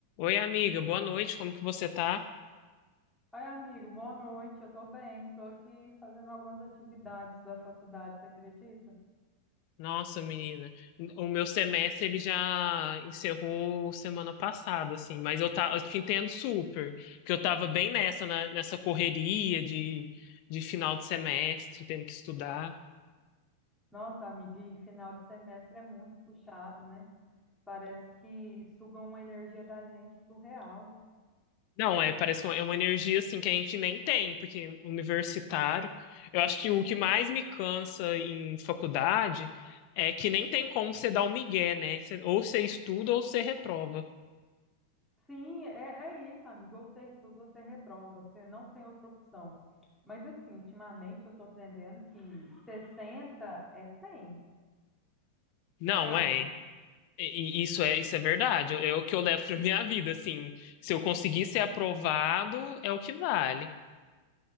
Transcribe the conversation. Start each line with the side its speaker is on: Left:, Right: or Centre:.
Left: Oi, amiga, boa noite, como que você tá?
Centre: Oi, amigo, boa noite. Eu tô bem, tô aqui fazendo algumas atividades da faculdade, você acredita?
Left: Nossa, menina, o meu semestre ele já encerrou semana passada, assim, mas eu, tá, eu te entendo super, que eu tava bem nessa, né, nessa correria de, de final de semestre, tendo que estudar.
Centre: Nossa, amigo, e final de semestre é muito puxado, né? Parece que sugam uma energia da gente surreal.
Left: Não, é, parece que é uma energia, assim, que a gente nem tem, porque universitário, eu acho que o que mais me cansa em faculdade é que nem tem como você dar o migué, né? Você- ou você estuda ou você reprova.
Centre: Sim, é, é isso, amigo. Ou você estuda, ou você reprova. Você não tem outra opção. Mas, assim, ultimamente eu estou aprendendo que 60 é 100,
Left: Não,
Centre: sabe?
Left: é. E- e Isso é, isso é verdade. É o que eu levo pra minha vida, assim. Se eu conseguir ser aprovado, é o que vale.